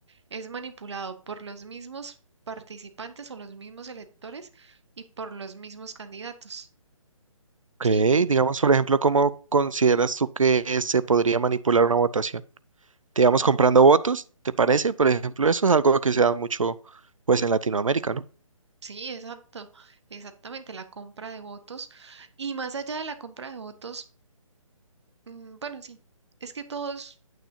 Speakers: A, on the right; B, on the right.
A: es manipulado por los mismos participantes o los mismos electores y por los mismos candidatos,
B: Ok,
A: ¿sí?
B: digamos, por ejemplo, ¿cómo consideras tú que se podría manipular una votación? digamos, comprando votos, ¿te parece? Por ejemplo, eso es algo que se da mucho, pues, en Latinoamérica, ¿no?
A: Sí, exacto, exactamente, la compra de votos. Y más allá de la compra de votos, mm, bueno, sí, es que todo es-